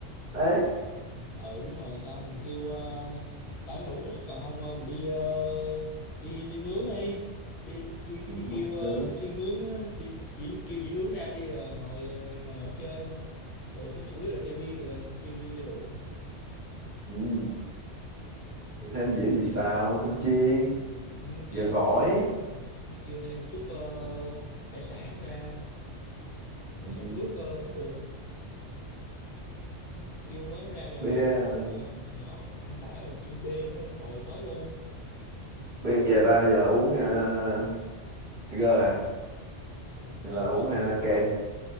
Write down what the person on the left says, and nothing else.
ừ đúng rồi còn không mình kêu ờ, ba cái lẩu ít ít còn không ờ, mình đi ờ, đi đi nướng đi đi đi
đi
kêu ờ,
cái xiên nướng á, đi dĩ, kêu dĩ nướng ra đi ờ, ngồi ngồi nhậu chơi thôi rồi có chủ yếu là chơi bia được rồi chơi bia chơi rượu
ừ, chơi
hợp lý Ừ, kêu thêm chút ờ,
hải sản ra
hải sản
ướp ờ, cũng được Ừ, kêu mớ nó ra là
là cho nhỏ ăn đã rồi thêm bia nữa bồi tới luôn
Ừ,
tại